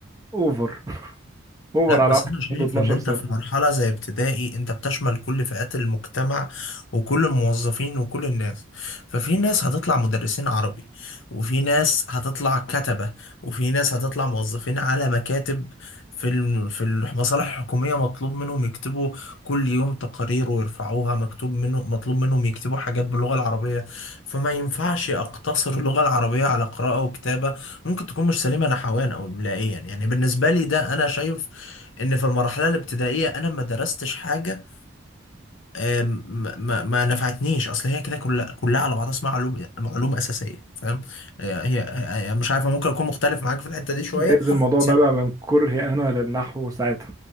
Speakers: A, on the right; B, on the left.
A: اوفر اوفر
B: لا
A: على
B: بس
A: واحد
B: انا شايف
A: عنده 12
B: ان انت
A: سنه
B: في مرحلة زي ابتدائي انت بتشمل كل فئات المجتمع وكل الموظفين وكل الناس ففي ناس هتطلع مدرسين عربي وفي ناس هتطلع كتبة وفي ناس هتطلع موظفين على مكاتب في الم- في المصالح الحكومية مطلوب منهم يكتبوا كل يوم تقارير ويرفعوها مكتوب منهم مطلوب منهم يكتبوا حاجات باللغة العربية فما ينفعش أقتصر اللغة العربية على قراءة وكتابة ممكن تكون مش سليمة نحويا أو إملائيا يعني يعني بالنسبة لي ده أنا شايف ان في المرحله الابتدائيه انا ما درستش حاجه آم، ما, ما ما نفعتنيش اصل هي كده كلها كلها على بعضها اسمها علوم معلومه اساسيه فاهم آه، هي آه، مش عارفه ممكن اكون مختلف معاك في الحته دي شويه
A: جايز الموضوع
B: بس
A: نابع من كرهي انا للنحو ساعتها